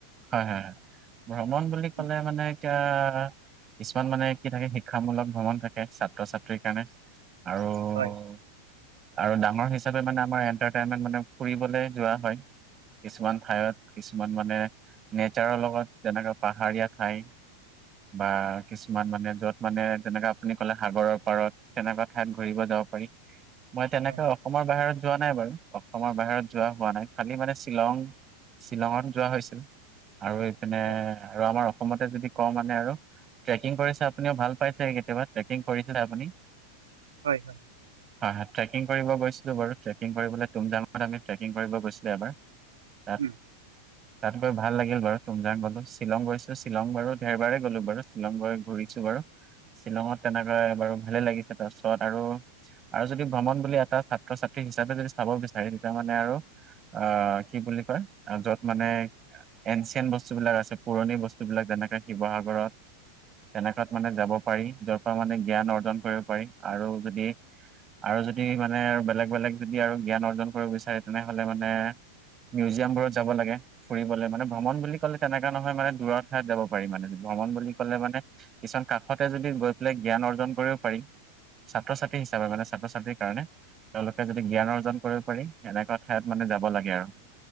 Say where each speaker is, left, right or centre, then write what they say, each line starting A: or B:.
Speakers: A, on the right; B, on the right.
A: হয়-হয়, ভ্ৰমণ বুলি ক'লে
B: উম,
A: মানে এতিয়া কিছুমান মানে কি থাকে শিক্ষামূলক ভ্ৰমণ থাকে ছাত্ৰ ছাত্ৰীৰ কাৰণে। আৰু
B: হয়,
A: আৰু ডাঙৰ হিচাপে মানে আমাৰ এন্টাৰটেইনমেন্ট মানে ফুৰিবলে যোৱা হয় কিছুমান ঠাইত কিছুমান মানে নেচাৰৰ লগত যেনেকা পাহাৰীয়া ঠাই বা কিছুমান মানে য'ত মানে যেনেকে আপুনি ক'লে সাগৰৰ পাৰত। তেনেকুৱা ঠাইত ঘুৰিব যাব পাৰি মই তেনেকে
B: হয়
A: অসমৰ বাহিৰত যোৱা নাই বাৰু অসমৰ বাহিৰত যোৱা হোৱা নাই খালি মানে শ্বিলং শ্বিলঙত যোৱা হৈছিল আৰু এইপিনে
B: হয়
A: আৰু আমাৰ অসমতে যদি ক মানে আৰু ট্ৰেকিং কৰিছে আপুনিও ভাল পাইছে কেতিয়াব কৰি আপুনি
B: হয়।
A: হয়-হয় ট্ৰেকিং কৰিব গৈছিলোঁ বাৰু ট্ৰেকিং কৰিবলৈ তুমজামত আমি ট্ৰেকং কৰিব গৈছিলোঁ এবাৰ। তাত
B: উম
A: তাত গৈ ভাল ভাল লাগিল বাৰু টোমজাং গলো শ্বিলং গৈছো শ্বিলং বাৰু দেৰবাৰে গ'লো বাৰু শ্বিলং গ ঘূৰিছো বাৰু। শ্বিলঙত তেনেকৈ বাৰু ভালে লাগিছে। আৰু আৰু যদি ভ্ৰমণ বুলি এটা ছাত্ৰ ছাত্ৰী হিচাপে যদি চাব বিচাৰে তেতিয়া মানে আৰু। অ, কি বুলি কয় য'ত মানে এনচিয়েণ্ট বস্তুবিলাক আছে পুৰণি বস্তুবিলাক যেনেকে শিৱসাগৰত তেনেকাত মানে যাব পাৰি যৰ পৰা মানে জ্ঞান অৰ্জন কৰিব পাৰি আৰু যদি আৰু যদি মানে আৰু বেলেগ-বেলেগ যদি আৰু জ্ঞান অৰ্জন কৰিব বিচাৰে তেনেহলে মানে, মিউজিয়াম বোৰত যাব লাগে ফুৰিবলৈ মানে ভ্ৰমণ বুলি ক'লে তেনেকুৱা নহয় মানে দূৰ ঠাইত যাব পাৰি মানে, ভ্ৰমণ বুলি ক'লে মানে কিছুমান কাষতে যদি গৈ পেলাই জ্ঞান অৰ্জন কৰিব পাৰিম। ছাত্ৰ ছাত্ৰী হিচাপে মানে ছাত্ৰ ছাত্ৰীৰ কাৰণে তেওঁলোকে যদি জ্ঞান অৰ্জন কৰিব পাৰি। এনেকুৱা ঠাইত মানে যাব লাগে আৰু।